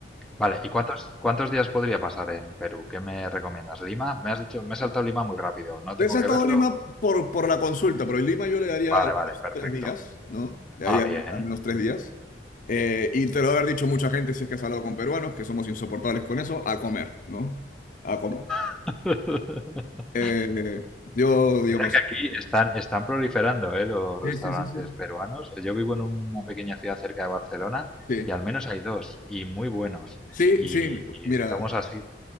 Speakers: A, in the centre; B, on the left.
A: Vale, ¿y cuántos, cuántos días podría pasar en Perú? ¿Qué me recomiendas? ¿Lima? Me has dicho, me he saltado Lima muy rápido. ¿No tengo
B: de esa
A: que
B: estado
A: verlo?
B: Lima por, por la consulta, pero en Lima yo le daría
A: Vale,
B: al
A: vale,
B: menos
A: perfecto.
B: tres días, ¿no? Le
A: Ah,
B: daría
A: bien,
B: al menos tres
A: bien.
B: días. Eh, y te lo debe haber dicho mucha gente si es que has hablado con peruanos, que somos insoportables con eso, a comer, ¿no? A comer.
A: <laughs>
B: Eh, yo, digamos.
A: Mira que aquí están, están proliferando, ¿eh? los restaurantes
B: Sí, sí, sí, sí.
A: peruanos. Yo vivo en una pequeña ciudad cerca de Barcelona
B: Sí,
A: y al menos hay dos y muy buenos.
B: sí,
A: Y,
B: sí,
A: y
B: mira,
A: somos así.